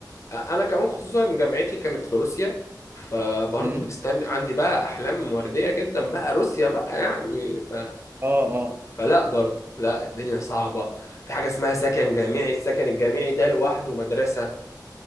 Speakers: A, on the left (about 45°); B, on the right (about 30°).
A: انا كمان خصوصا جامعتي كانت في روسيا فبرضه
B: مم.
A: مستني عندي بقى احلام ورديه جدا بقى روسيا بقى يعني ف...
B: اه اه
A: فلا برضه لا الدنيا صعبه في حاجه اسمها سكن جامعي السكن الجامعي ده لوحده مدرسه